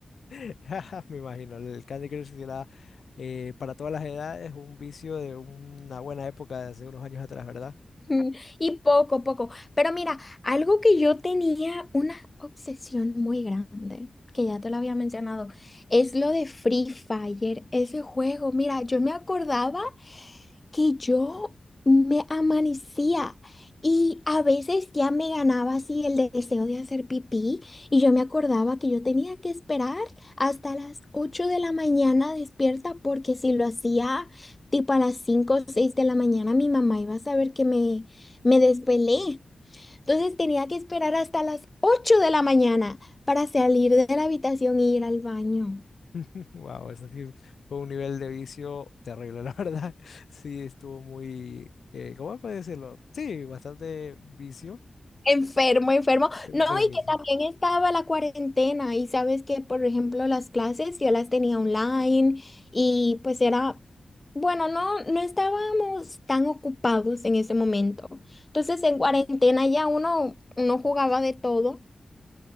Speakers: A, on the left (about 75°); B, on the left (about 20°).
A: <laughs> me imagino, el Candy Crush sí era eh, para todas las edades un vicio de una buena época de hace unos años atrás, ¿verdad?
B: <laughs> Mm, Y poco, poco. Pero mira, algo que yo tenía una obsesión muy grande, que ya te lo había mencionado, es lo de Free Fire, ese juego. Mira, yo me acordaba que yo me amanecía y a veces ya me ganaba así el deseo de hacer pipí y yo me acordaba que yo tenía que esperar hasta las 8 de la mañana despierta porque si lo hacía tipo a las 5 o 6 de la mañana mi mamá iba a saber que me, me desvelé. Entonces tenía que esperar hasta las 8 de la mañana para salir de la habitación e ir al baño.
A: <laughs> Wow, eso sí fue un nivel de vicio terrible, la verdad. <laughs> Sí, estuvo muy, eh, ¿cómo puede decirlo? Sí, bastante vicio,
B: Enfermo, enfermo.
A: eh,
B: No,
A: pero
B: y
A: vicio.
B: que también estaba la cuarentena y sabes que, por ejemplo, las clases yo las tenía online y pues era, bueno, no, no estábamos tan ocupados en ese momento. Entonces, en cuarentena ya uno, uno jugaba de todo.